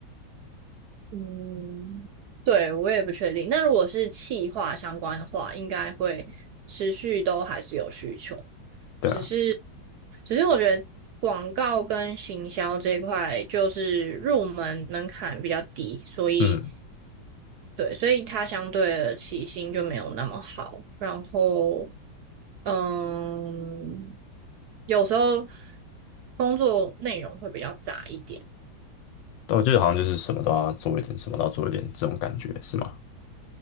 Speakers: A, on the right (about 65°); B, on the left (about 75°).
A: 嗯，对，我也不确定。那如果是企划相关的话，应该会持续都还是有需求，
B: 对啊，
A: 只是，只是我觉得广告跟行销这一块就是入门门槛比较低，所以
B: 嗯，
A: 对，所以它相对的起薪就没有那么好。然后，嗯，有时候工作内容会比较杂一点。
B: 但我觉得好像就是什么都要做一点，什么都要做一点这种感觉，是吗？